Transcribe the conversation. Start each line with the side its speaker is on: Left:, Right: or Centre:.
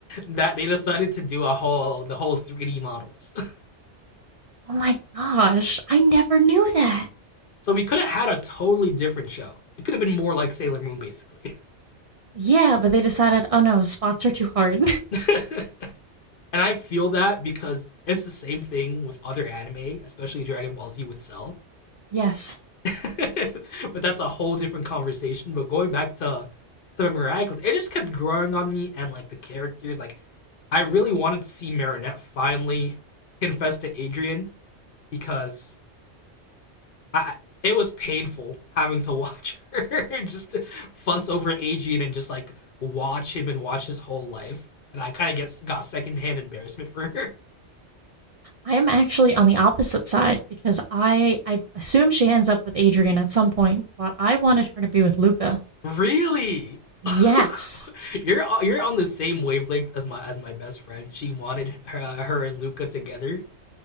Left: that they decided to do a whole the whole 3D models. <laughs>
Right: Oh my gosh, I never knew that.
Left: So we could have had a totally different show. It could have been more like Sailor Moon, basically.
Right: Yeah, but they decided, oh no, spots are too hard.
Left: <laughs> And I feel that because it's the same thing with other anime, especially Dragon Ball Z with Cell.
Right: <laughs> yes.
Left: <laughs> but that's a whole different conversation. But going back to to Miracles, it just kept growing on me and like the characters. Like I really wanted to see Marinette finally confess to Adrian because I it was painful having to watch her <laughs> just fuss over Adrian and just like watch him and watch his whole life. And I kind of get got secondhand embarrassment for her.
Right: I am actually on the opposite side because I I assume she ends up with Adrian at some point, but I wanted her to be with Luca.
Left: Really? <laughs>
Right: Yes.
Left: You're uh, you're on the same wavelength as my as my best friend. She wanted her, uh, her and Luca together.